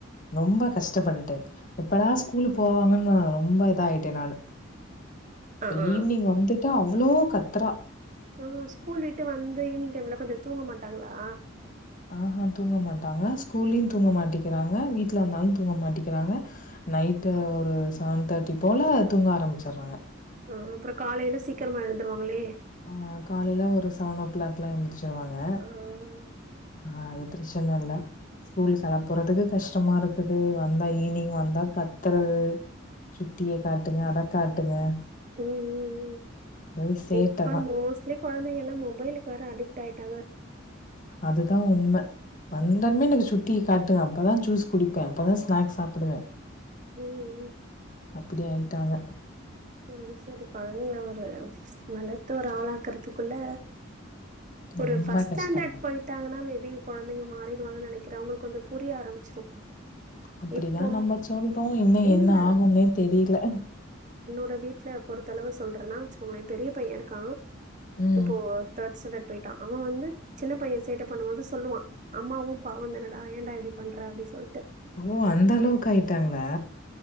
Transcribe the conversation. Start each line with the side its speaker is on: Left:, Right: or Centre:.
Left: ரொம்ப கஷ்டப்பட்டுட்டே எப்பதா ஸ்கூலு போவாங்கன்னு ரொம்ப இதாயிட்டே நானு இப்ப
Right: ஆ ஆ
Left: ஈவினிங் வந்துட்டா அ வ்ளோ கத்றா
Right: ம் ஸ்கூல் விட்டு வந்து ஈவினிங் டைம்ல கொஞ்ச தூங்க மாட்டாங்களா
Left: ஆ ஆஹ தூங்கமாட்டாங்க ஸ்கூல்லியு தூங்க மாட்டிக்கிறாங்க வீட்ல வந்தாலும் தூங்கமாட்டிக்கிறாங்க நைட் ஒரு சவன் தேர்டி போல தூங்க ஆரம்பிச்சிறாங்க
Right: ஆ அப்புறோ காலைல சீக்கிரமா எழுந்துருவாங்களே
Left: ஆ காலையில ஒரு செவன் நோ கிளாக்லா எந்திரிச் ச்சிருவாங்க
Right: ஆ ம்
Left: ஆ அது திரச்சன இல்ல ஸ்கூல் கெலப்பறதுக்கு கஷ்டமா இருக்குது வந்தா ஈவினிங் வந்தா கத்துறது சுட்டிய காட்டுங்க அத காட்டுங்க
Right: ம் ம்ம்
Left: ஒரே சேட்ட
Right: இப்ப
Left: தா
Right: மோஸ்லி கொழந்தைங்க எல்லா மொபைலுக்கு வேற அடிக்ட் ஆயிட்டாங்க
Left: அதுதா உண்ம வந்தான்மே எனக்கு சுட்டி காட்டுங்க அப்பதா ஜூஸ் குடிப்பே அப்பதா ஸ்நாக்ஸ் சாப்பிடுவே
Right: ம்
Left: அப்பிடி ஆயிட்டாங்க
Right: அது சரி கொழந்தைங்க ஒரு வளந்து ஒரு ஆளாக்குறதுக்குள்ள
Left: ரொம்ப
Right: ஒரு ஃபர்ஸ்ட் ஸ்டாண்டர்ட்
Left: கஷ்டங்க
Right: போயிட்டாங்கன்னா மேப் பி கொழந்தைங்க மாறிடுவாங்க நெனைக்கிறே உங்களுக்கு கொஞ்சோ புரிய ஆரம்பிச்சிரு
Left: அப்படிதா
Right: இப்போ
Left: நம்ம சொல்றோ இன்னு
Right: இல்ல.
Left: என்ன ஆகுனே தெரியல
Right: ட்ட வீட்ல பொறுத்த அளவு சொல்றன்னா வச்சுக்கோளே பெரிய பைய இருக்கா
Left: ம்
Right: இப்போ தேர்டு ஸ்டாண்டர்ட் போயிட்டா அவ வந்து சின்ன பையன் சேட்ட பண்ணுவா போது சொல்லுவா அம்மாவு பாவந்தானடா ஏன்டா இப்பிடி பண்ற அப்பிடி சொல்லிட்டு
Left: ஓ அந்த அளவுக்கு ஆயிட்டாங்களா